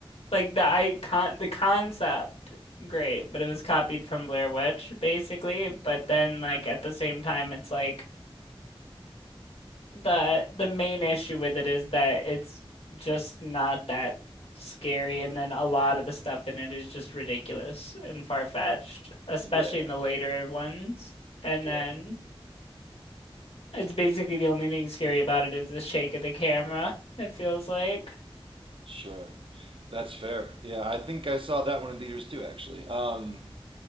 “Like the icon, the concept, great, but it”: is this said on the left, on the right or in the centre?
Left